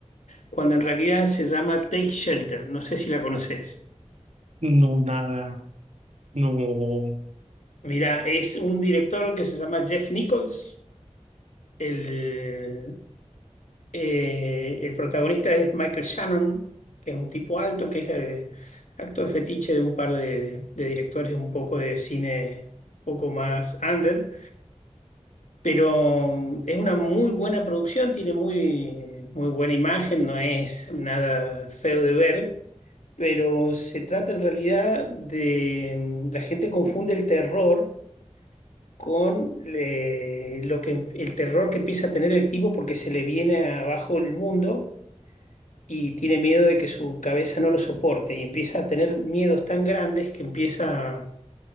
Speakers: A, on the left; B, on the right.
A: cuando en realidad se llama Take Shelter. No sé si la conoces.
B: No, nada, no,
A: Mira, es un director que se llama Jeff Nichols. El, Eh, el protagonista es Michael Shannon, que es un tipo alto, que es eh, actor fetiche de un par de, de directores un poco de cine, un poco más under, pero mm, es una muy buena producción, tiene muy, muy buena imagen, no es nada feo de ver, pero se trata en realidad de mm, la gente confunde el terror. con eh, lo que el terror que empieza a tener el tipo porque se le viene abajo el mundo y tiene miedo de que su cabeza no lo soporte y empieza a tener miedos tan grandes que empieza